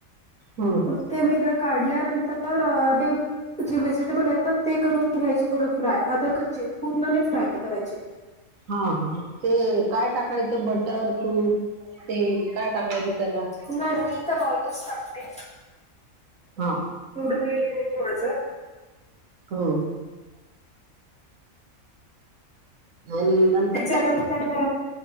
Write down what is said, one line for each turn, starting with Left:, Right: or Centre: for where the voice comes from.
Right: हम्म.
Centre: मग ते वेगळ काढल्यानंतर <inaudible> ते बनेतना ते करून बघायचे थोड फ्राय अदर कच्चे पूर्ण नई फ्राय करायचे.
Right: हा हा ते काय टाकायचं बटर तूप तेल काय टाकायचं त्याला?
Centre: नाही मग इतर <unintelligible> टाकते.
Right: हा
Centre: एवढं काही हे नाही ये माझ.
Right: हम्म आणि नंत
Centre: त्याच्यानंतर